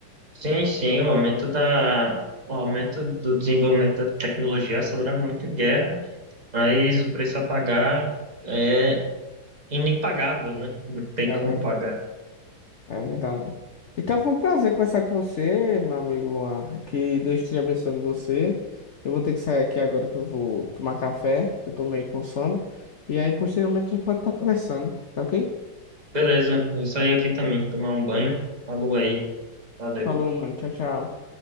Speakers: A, on the right; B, on the left.
A: Sim, sim, o aumento da, o aumento do desenvolvimento da tecnologia acelera muito guerra, mas o preço a pagar é inimpagável, né? Não tem como
B: É verdade,
A: pagar.
B: é verdade. Então foi um prazer conversar com você, meu amigo Luan. Que Deus esteja abençoando você. Eu vou ter que sair aqui agora que eu vou tomar café. Eu tô meio com sono. E aí, posteriormente, a gente pode estar conversando, tá ok?
A: Beleza, vou sair aqui também, tomar um banho. Falou aí. Valeu.
B: Falou, mano. Tchau, tchau.